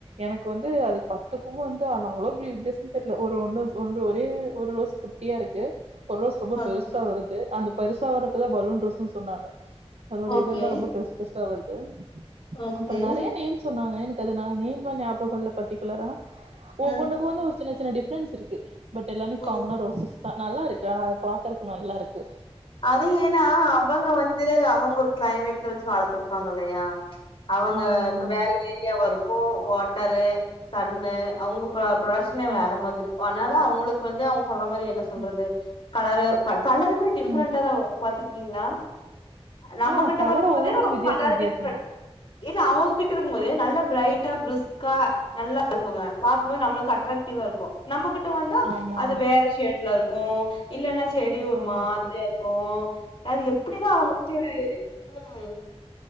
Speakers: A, on the right (about 75°); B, on the left (about 60°).
A: எனக்கு வந்து அது பத் பத்துக்கு வந்து ஆனா அவ்ளோ பெறிய வித்தியாசோ தெர்ல ஒரு ஒண்ணு ஒன்று ஒரே ஒரு ரோஸ் குட்டியா இருக்கு ஒர் ரோஸ் ரொம்ப
B: ஓகே
A: பெருசா வருது அந்த பெருசா வர்றப்பதா பலூன் ரோஸுன்னு சொன்னாங்க அதோட
B: ஓகே
A: இதள்லா ரொம்ப பெருசு பெருசா வருது
B: ஓகே
A: அப்பறோ நெறைய நேம்ஸ் சொன்னாங்க எனக்கு அது ன நேம்ல்லா ஞாபகோ இல்ல பர்டிகுலரா ஒவ்வொன்னுக்கு
B: ம்
A: வந்து ஒரு சின்ன சின்ன டிஃப்ரன்ஸ் இருக்கு பட் எல்லாமே
B: ம்
A: காமனா ரோசஸ் தா நல்லாருக்கு ஆனா அத பாக்கறக்கு நல்லாருக்கு
B: அது ஏனா அவங்க வந் து அவங்க ஒரு கிளைமேட்ல வச்சு வளத்துருப்பாங்க இல்லையா அவங்க
A: ஆமா
B: இப்ப
A: ஆமா
B: வேற ஏ ஏரியாவா இருக்கு வாட்டரு சன்னு அவங்க ப ப்ரொடக்ஷனே
A: ஆ
B: வேற மாதிரி இருக்கு அதுனால அவுங்களுக்கு வந்து அவுங் சொல்ற மாரி என்ன சொல்றது
A: ம்
B: கலரு க கலரு டிஃப்ரண்டா
A: ம்
B: தா வரு பாத்துருக்கீங்களா நம்மகிட்ட
A: ஆ கலர்
B: வரும்போது
A: ஒவ்வொன்னுக்கு வித்தியாச
B: கலர்
A: வித்தியாசமா
B: டிஃப்ரன் இல்ல அவங்க கிட்ட இருக்கும்போது நல்லா பிரைட்டா பிருஸ்க்கா நல்லா இருக்குங்க பாக்கம் போது நம்மளுக்கு அட்ராக்டிவா இருக்கு நம்மகிட்ட வந்தா
A: ஆமா
B: அது
A: ஆமா
B: வேற ஷேட்ல க்கு இல்லனா செடி ஒரு
A: ஆமா
B: மாதிரியா இருக்கு அது எப்டிதா அவங்க <unintelligible> ம்